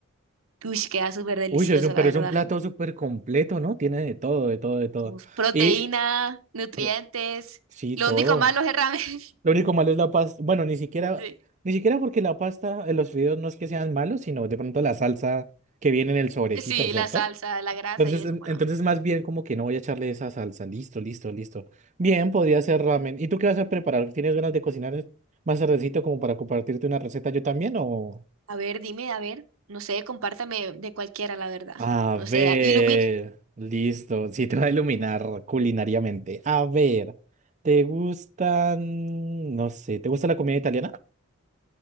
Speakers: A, on the right; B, on the right.
A: Uy, queda súper delicioso,
B: Uy, es un, pero
A: la verdad.
B: es un plato súper completo, ¿no? Tiene de todo, de todo, de todo.
A: Uf, proteína,
B: Y
A: nutrientes.
B: pero- sí,
A: Lo
B: todo.
A: único malo es el ramen. <laughs>
B: Lo único malo es la pasta. Bueno, ni siquiera,
A: Sí.
B: ni siquiera porque la pasta, eh, los fideos no es que sean malos, sino de pronto la salsa que viene en el sobrecito,
A: Sí,
B: ¿cierto?
A: la salsa, la grasa
B: Entonces,
A: y eso.
B: en-
A: Bueno,
B: entonces más bien como que no voy a echarle esa salsa. Listo, listo, listo. Bien, podría ser ramen. ¿Y tú qué vas a preparar? ¿Tienes ganas de cocinar más tardecito como para compartirte una receta yo también o...?
A: A ver, dime, a ver, no sé, compárteme de cualquiera, la verdad.
B: A
A: No
B: ver,
A: sé, ilumina.
B: listo. Sí, te va a iluminar culinariamente. A ver, ¿te gustan, no sé, ¿te gusta la comida italiana?